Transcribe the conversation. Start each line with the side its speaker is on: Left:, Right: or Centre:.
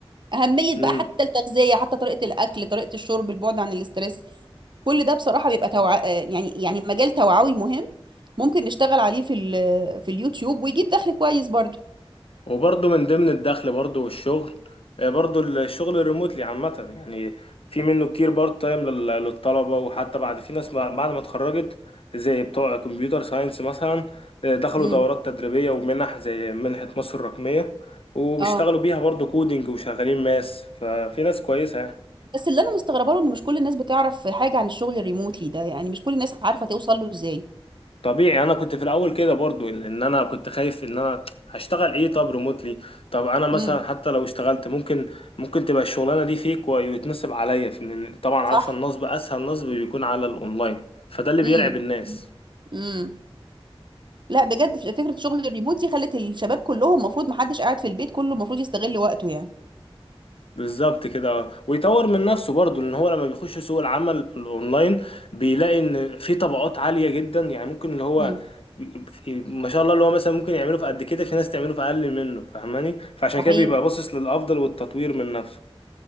Right: أهمية
Left: مم.
Right: بقى حتى التغذية حتى طريقة الأكل طريقة الشرب البعد عن الاسترس كل ده بصراحة بيبقى توع... آه، يعني يعني مجال توعوي مهم ممكن نشتغل عليه في ال... في اليوتيوب ويجيب دخل كويس برضو
Left: وبرضو من ضمن الدخل برضو والشغل آه، برضو الشغل الريموتلي عامة يعني في منه كتير بارت تايم لل- للطلبة وحتى بعد في ناس بعد ما اتخرجت زي بتوع كمبيوتر ساينس مثلا آه، دخلوا
Right: امم
Left: دورات تدريبية ومنح زي منحة مصر الرقمية وبيشتغلوا
Right: اه
Left: بيها برضو كودينج وشغالين ماس ففي ناس كويسة يعني
Right: بس اللي انا مستغربه له ان مش كل الناس بتعرف حاجة عن الشغل الريموتلي ده يعني مش كل الناس عارفة توصل له ازاي
Left: طبيعي انا كنت في الاول كده برضو ان انا كنت خايف ان انا هشتغل ايه طب ريموتلي طب انا مثلا
Right: امم
Left: حتى لو اشتغلت ممكن ممكن تبقى الشغلانه دي فيك ويتنصب عليا في لأن طبعا
Right: صح
Left: عارفه النصب اسهل نصب بيكون على الاونلاين فده اللي بيرعب
Right: امم
Left: الناس
Right: امم لا بجد ف- فكره شغل الريموت دي خلت الشباب كلهم المفروض محدش قاعد في البيت كله المفروض يستغل وقته يعني
Left: بالظبط كده آه. ويطور من نفسه برضو ان هو لما بيخش سوق العمل الاونلاين بيلاقي ان في طبقات عاليه جدا يعني ممكن اللي هو
Right: امم
Left: في- ما شاء الله اللي هو مثلا ممكن يعمله في قد كده في ناس تعمله في اقل منه فاهماني فعشان
Right: صحيح
Left: كده بيبقى باصص للافضل والتطوير من نفسه